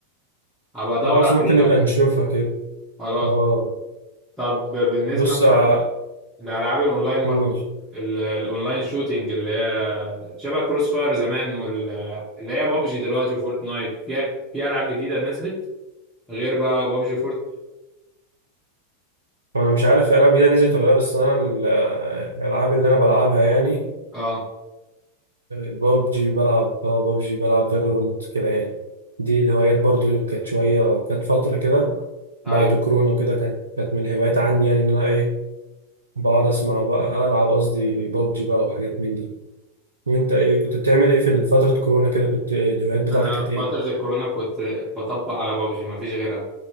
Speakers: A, in the centre; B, on the right.
A: هبقى ادور
B: خلاص ممكن
A: عليها
B: نبقى
A: كده
B: نشوفها كده
A: خلاص
B: اه
A: طب بالنسبة
B: بص
A: مثلا
B: ع-
A: لألعاب الأونلاين ماركت
B: قول
A: ال- الأونلاين شوتينج اللي هي شبه كروس فاير زمان واللي هي بابجي دلوقتي وفورتنايت في في ألعاب جديدة نزلت غير بقى بابجي
B: وانا مش عارف الالعاب جديده نزلت ولا لا بس انا ال- الالعاب اللي انا بلعبها يعني
A: اه
B: ببجي بلعب ببجي بلعب فالورنت كده يعني دي الهوايات برضو كانت شويه كانت فتره كده
A: ايوه
B: بعد كورونا وكده كانت كانت من الهوايات عندي يعني ان انا ايه بقعد اسمع بقى العب قصدي ببجي بقى وحاجات من دي وانت ايه كنت بتعمل ايه في فتره كورونا كده كنت إيه الهوايات بتاعتك
A: انا
B: كانت
A: في
B: ايه
A: فترة الكورونا كنت بطبق على بابجي ما فيش غيرها